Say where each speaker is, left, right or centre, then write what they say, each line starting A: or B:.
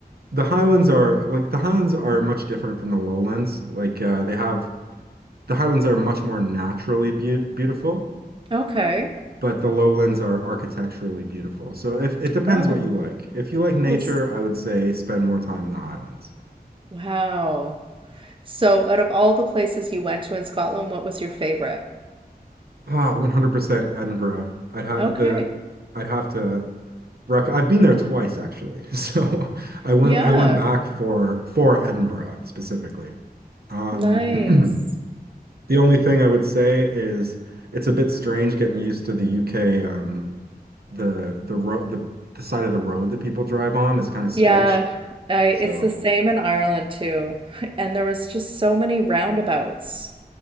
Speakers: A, on the right (about 70°); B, on the right (about 30°).
A: the Highlands are like the Highlands are much different from the Lowlands. Like uh, they have the Highlands are much more naturally be beautiful,
B: Okay.
A: but the Lowlands are architecturally beautiful. So if it depends
B: Oh,
A: what you like. If you like nature,
B: that's-
A: I would say spend more time in the Highlands.
B: wow. So, out of all the places you went to in Scotland, what was your favorite?
A: Ah, 100% Edinburgh. I'd have
B: Okay.
A: the I'd have to rec I've been there twice actually. <laughs> So I went
B: Yeah.
A: I went back for for Edinburgh specifically. Um
B: Nice.
A: <clears throat> the only thing I would say is it's a bit strange getting used to the UK um the the road the the side of the road that people drive on is kind of switched.
B: Yeah, I, it's
A: So
B: the same in Ireland too. <laughs> And there was just so many roundabouts